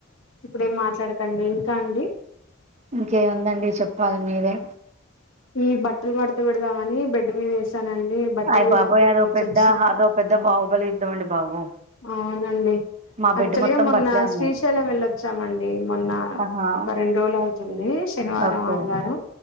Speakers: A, on the left; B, on the right.
A: ఇప్పుడేం మాట్లాడకండి ఇంకా అండి
B: ఇంకేముందండి చెప్పాలి మీరే
A: ఈ బట్టలు మడతపెడదామని బెడ్ మీద వేస నండి బట్టలు
B: అయ్ బాబోయ్
A: చూడంగానే
B: అదో
A: ముర్చ
B: పెద్ద
A: వచ్చేసింది
B: అదో పెద్ద బాహుబలి యుద్ధం అండి బాబు
A: అవునండి
B: మా
A: యాక్చువల్గా
B: బెడ్ మొత్తం
A: మొన్న
B: బట్టలే ఉన్నాయి
A: శ్రీశైలం వెళ్ళొచ్చామండి మొన్న
B: ఆహా
A: ఒక రెండు రోజులు అవుతుంది శనివారం
B: ఓకే
A: ఆదివారం